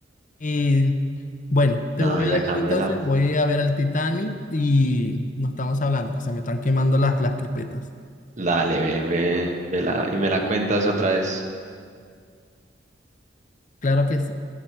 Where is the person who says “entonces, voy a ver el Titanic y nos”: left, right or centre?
Left